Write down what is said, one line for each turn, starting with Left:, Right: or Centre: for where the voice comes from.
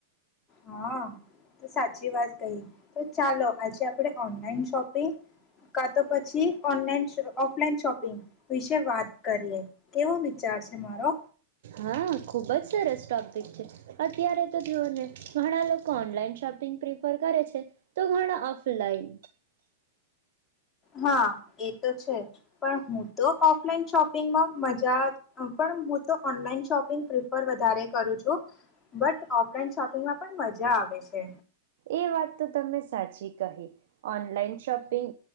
Left: હા તો સાચી વાત કઈ તો ચાલો આજે આપણે ઓનલાઈન શોપિંગ કા તો પછી ઓનલાન ઓફલાઈન શોપિંગ વિશે વાત કરીએ કેવો વિચાર છે મારો
Right: હા ખૂબ જ સરસ ટોપિક છે અત્યારે તો જોઓને ઘણા લોકો ઓન ઓનલાઇન શોપિંગ પ્રિફર કરે છે તો ઘણા ઓફલાઈન
Left: હા એ તો છે પણ હું તો ઓફલાઈન શોપિંગમાં મજા પણ હું તો ઓનલાઈન શોપિંગ પ્રિફર વધારે કરું છું બટ ઓફલાઈન શોપિંગમાં પણ મજા આવે છે
Right: એ વાત તો તમે સાચી કહી ઓનલાઈન શોપિંગ